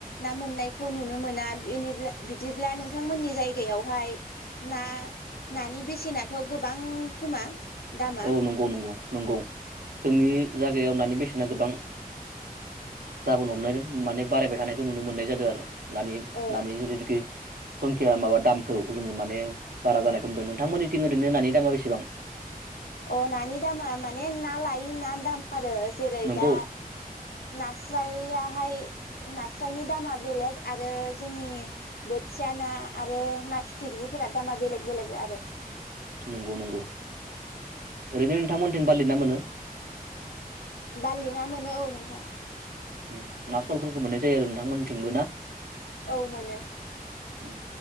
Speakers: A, on the left; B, on the right.
A: ना मोननायखौ नुनो मोना बिनिब्ला बिदिब्ला नोंथांमोननि जायगायावहाय ना नानि बेसेनाथ गोबां खोमा? दामा
B: औ नंगौ नंगौ नंगौ जोंनि जायगायाव नानि बेसे ना गोबां जाबोनो हमनायदों माने बारायबाय थानायखौ नुनो मोननाय जादों आरो नानि
A: औ
B: नानि जुरिगि संखया माबा दामखौ जोङो माने बारा जानायखौ नुदों नोंथांमोननिथिं ओरैनो नानि दामा बेसेबां?
A: अ नानि दामा माने ना लायो ना दाम आरो जेरै
B: नंगौ
A: दा नास्राया बाहाय नास्रायनि दामा बेलेग आरो जोंनि बोथिया ना आरो ना फिथिख्रिफोरा दामा बेलेग बेलेग आरो
B: नंगौ नंगौ ओरैनो नोंथांमोनथिं बारलिना मोनो?
A: बारलि ना मोनो औ नोंथां
B: उम ना सलफोरखौ मोननाय जायो आरो नोंथांमोननिथिंबो ना?
A: औ मोनो
B: ए